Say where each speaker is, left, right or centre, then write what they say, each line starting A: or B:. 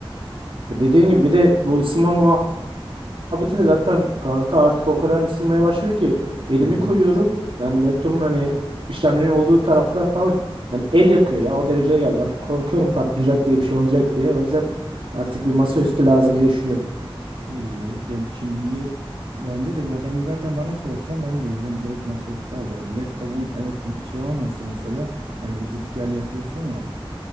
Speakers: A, on the right; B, on the right.
A: Ya Dediğin gibi bir de bu ısınma muhabbeti de zaten kanka artık o kadar ısınmaya başladı ki elimi
B: Hı hı.
A: koyuyorum. Yani laptopun hani işlemcinin olduğu taraflar falan yani el yakıyor ya o dereceye geldi. Artık korkuyorum patlayacak diye bir şey olacak diye. O yüzden artık bir masaüstü lazım diye düşünüyorum.
B: İyi. Yani şimdi bence de ya ben zaten bana sorsan ben de yeniden direkt masaüstü alırım. Laptopun evet şey olmasa mesela hani bir git gel yapıyorsun ya.